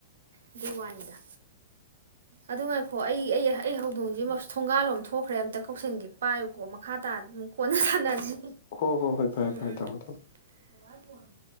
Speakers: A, on the right; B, on the left.
A: ꯑꯗꯨꯒꯤ ꯋꯥꯅꯤꯗ ꯑꯗꯨ ꯉꯥꯏꯈꯣ ꯑꯩ ꯑꯩ ꯑꯩ ꯍꯧꯗꯣꯡꯁꯤ ꯊꯣꯡꯒꯥꯜꯂꯣꯝ ꯊꯣꯛꯈ꯭ꯔꯦ ꯑꯝꯇ ꯀꯧꯁꯟꯒꯤ ꯄꯥꯏꯌꯨꯀꯣ ꯃꯈꯥ ꯇꯥꯅ ꯑꯗꯨꯝ ꯀꯣꯟꯅ ꯁꯥꯟꯅꯁꯤ
B: ꯍꯣ ꯍꯣ ꯍꯣꯏ ꯍꯣꯏ ꯐꯔꯦ
A: ꯎꯝ
B: ꯐꯔꯦ
A: ꯎꯝ
B: ꯊꯝꯃꯣ ꯊꯝꯃꯣ
A: ꯃꯣꯕꯥꯏꯜ ꯐꯣꯟꯗꯤ